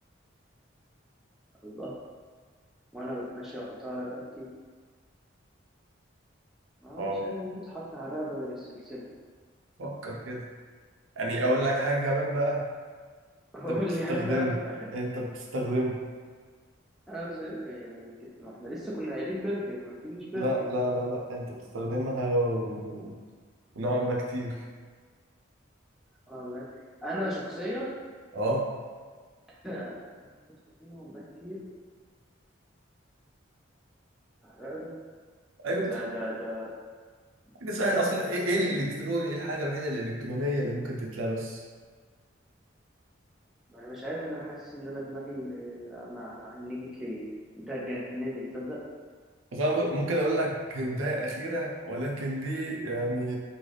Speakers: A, in the centre; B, on the right.
A: الله وانا بتمشى واحطها على رقبتي ما
B: اه
A: هو مش حاجه ممكن تتحط على الرقبه غير السلسله
B: فكر كده يعني اقول لك حاجة كمان بقى
A: <laughs> قول
B: انت بتستخدمها
A: لي حاجه بقى.
B: انت بتستخدمها
A: انا بس يعني ما احنا لسه كنا قايلين بيرفيوم اكيد مش بيرفيوم
B: لا لا لا لا انت بتستخدمها و- ونوعا ما كتير
A: آه، ما- انا شخصيا
B: اه
A: <laughs> شفت أنمي والله كتير حرقة طب
B: ايوه
A: ده
B: بت...
A: ده ده
B: حاجة سهلة
A: ده
B: اصلا
A: ده
B: ايه
A: بتاع-
B: إيه الالكتروني ايه الحاجة الوحيدة الالكترونية اللي ممكن تتلبس
A: ما أنا مش عارف أنا حاسس إن أنا دماغي ما هنجت ليه أنت هتجنني تصدق
B: فاهم ممكن اقول لك هنتايه اخيره ولكن دي يعني